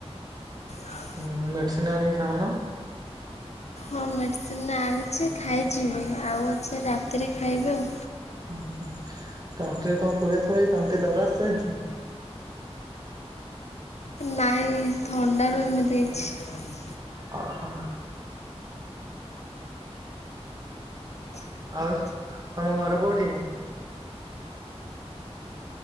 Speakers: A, on the left; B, on the right.
A: ହଁ <inaudible>
B: ହଁ ମେଡ଼ିସିନ ଆଣିକି ଖାଉନ।
A: ହଁ ମେଡ଼ିସିନ ଆଣିଛି ଖାଇଛିିବି ଆଉ ଅଛି ରାତିରେ ଖାଇବି ଆଉ।
B: ହୁଁ ହୁଁ ତଣ୍ଟିରେ କଣ ପୂରେଇଥିଲ କି ତଣ୍ଟି ଦରଯ ହେଇଛି।
A: ନାଇଁ ଥଣ୍ଡାରୁ ଏମିତି ହେଇଛି। ହୁଁ
B: ଅ ହ। ଆଉ ତମ ଘର କୋଉଠି?